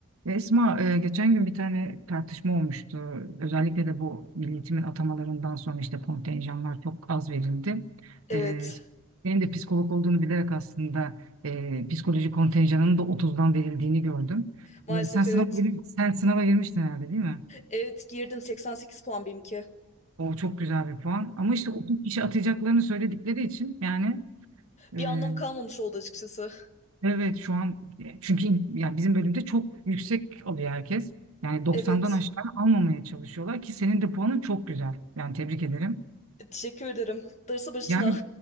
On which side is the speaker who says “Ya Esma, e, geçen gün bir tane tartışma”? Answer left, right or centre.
Right